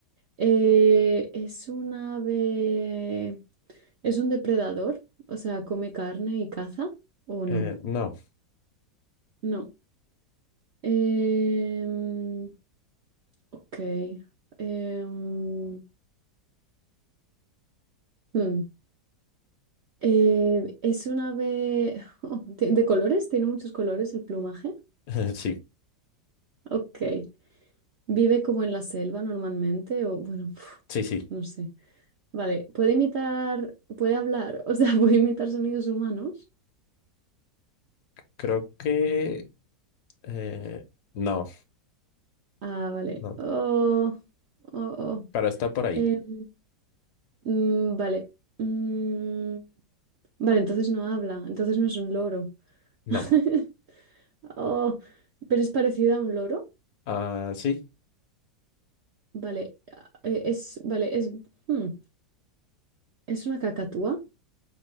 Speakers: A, on the right; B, on the left.
A: Eh, ¿es un ave... ¿Es un depredador? O sea, ¿come carne y caza o no?
B: Eh, no,
A: No. Em, ok. Em, hmm. Eh, ¿es un ave <laughs> de de colores? ¿Tiene muchos colores el plumaje?
B: <laughs> sí,
A: Ok. Vive como en la selva normalmente o bueno, <laughs>
B: sí, sí.
A: no sé. Vale, puede imitar, puede hablar, o sea, <laughs> puede imitar sonidos humanos.
B: Creo que eh, no,
A: Ah, vale.
B: no,
A: Oh, oh, oh.
B: pero está por ahí.
A: Em, mm, vale. Mm, vale, entonces no habla, entonces no es un loro.
B: No.
A: <laughs> Oh, pero es parecida a un loro.
B: Ah, sí,
A: Vale, ah, eh, es, vale, es, hmm, es una cacatúa.